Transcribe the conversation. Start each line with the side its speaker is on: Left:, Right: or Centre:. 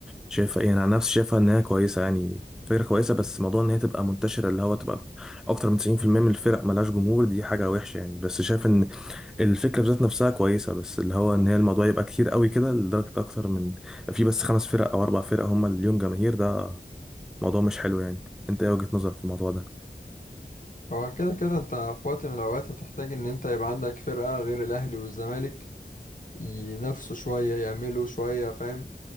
Centre: شايفها ايه انا عن نفسي شايفها ان هي كويسه يعني فكره كويسه بس موضوع ان هي تبقى منتشره اللي هو تبقى اكتر من 90% من الفرق ملهاش جمهور دي حاجه وحشه يعني بس شايف ان الفكره بذات نفسها كويسه بس اللي هو ان هي الموضوع يبقى كتير قوي كده لدرجه اكتر من في بس خمس فرق او اربع فرق هم اللي ليهم جماهير ده الموضوع مش حلو يعني انت ايه وجهة نظرك في الموضوع ده
Left: هو كده كده انت في وقت من الاوقات هتحتاج ان انت يبقى عندك فرقه غير الاهلي والزمالك ينافسوا شوية يعملوا شوية فاهم